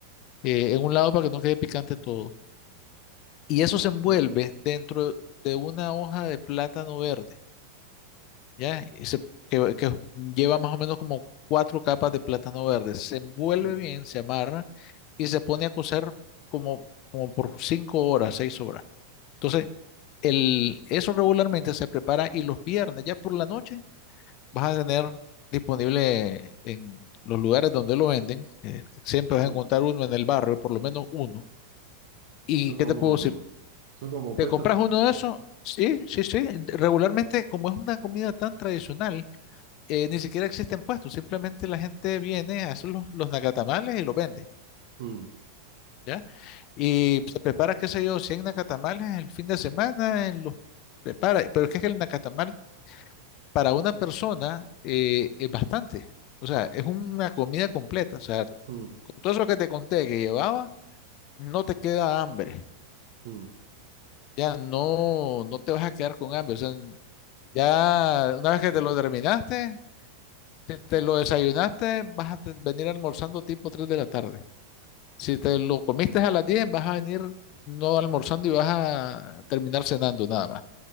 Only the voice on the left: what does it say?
eh, en un lado para que no quede picante todo. y eso se
envuelve dentro de una hoja de plátano verde, ¿ya? Y se- que, que lleva más o menos como cuatro capas de plátano verde. Se envuelve
bien, se amarra y se pone a cocer como, como por cinco horas, seis horas. Entonces, el, eso regularmente se prepara y los viernes, ya por la noche, vas a tener disponible en los lugares donde lo venden. eh, siempre vas
a encontrar uno en el barrio, por lo menos uno. ¿Y
qué
te puedo decir?
¿Te
compras
uno de esos? Sí, sí, sí. Regularmente, como es una comida tan tradicional, eh, ni siquiera existen puestos. Simplemente la gente viene, hace los, los nacatamales y los vende,
¿ya? Y se prepara, qué sé yo, 100 nacatamales el fin de semana, eh, los prepara. Pero es que el nacatamal para una persona eh, es bastante. O sea, es una comida completa. O sea,
con todo eso que te conté que llevaba, no te queda hambre.
Ya no, no te vas a quedar con hambre. O sea, Ya, una vez que te lo terminaste, si te lo desayunaste, vas a te- venir almorzando tipo 3 de la tarde. Si te lo comiste a las 10, vas a venir no almorzando y vas a terminar cenando nada más.